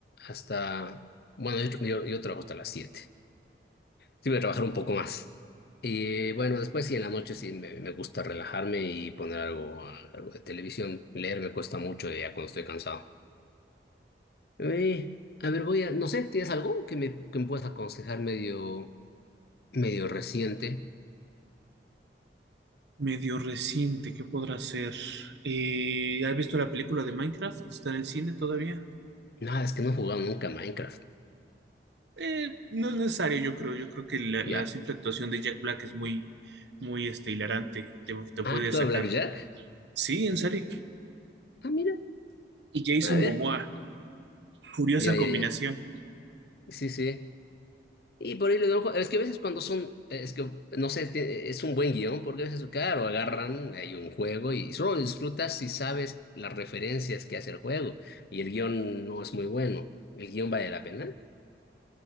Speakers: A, on the left; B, on the right.
A: hasta, bueno, yo, yo, yo trabajo hasta las siete Sí voy a trabajar un poco más. Y bueno, después sí, en la noche sí me, me gusta relajarme y poner algo, algo de televisión. Leer me cuesta mucho ya cuando estoy cansado. Eh, a ver, voy a, no sé, ¿tienes algo que me, que me puedas aconsejar medio, medio reciente?
B: Medio reciente, ¿qué podrá ser? Eh, ¿has visto la película de Minecraft? ¿Está en el cine todavía?
A: Nada, es que no he jugado nunca a Minecraft.
B: Eh, no es necesario, yo creo. Yo creo que la, la
A: Ya.
B: simple actuación de Jack Black es muy, muy este, hilarante. Te, te puede
A: Ah, ¿tú
B: sacar.
A: a Blackjack?
B: Sí, en serio.
A: Ah, mira,
B: Y Jason
A: a ver.
B: Momoa, curiosa
A: Ya, ya,
B: combinación.
A: ya. Sí, sí. Y por ahí le doy un jue- Es que a veces cuando son, es que no sé, tie- es un buen guión, porque a veces, claro, agarran, hay un juego y solo lo disfrutas si sabes las referencias que hace el juego. Y el guión no es muy bueno. ¿El guión vale la pena?